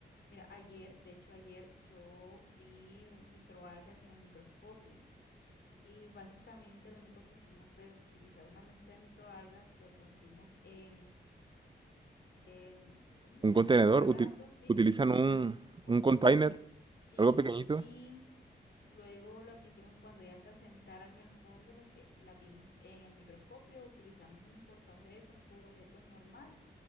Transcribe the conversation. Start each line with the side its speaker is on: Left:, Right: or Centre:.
Left: Mira, ayer, de hecho ayer yo vi microalgas en el microscopio y básicamente lo único que hicimos fue utilizar una muestra de microalgas, lo pusimos en, en ¿cómo que
Right: ¿Un
Left: se llama
Right: contenedor?
Left: este aparato?
Right: Uti-
Left: Sí,
Right: ¿Utilizan
Left: en un,
Right: un,
Left: un contenedor,
Right: un container?
Left: Sí,
Right: ¿Algo pequeñito?
Left: y luego lo que hicimos cuando ya se asentaran en el fondo, las que la vimos en el microscopio, utilizamos un portaobjetos, un cubreobjetos normal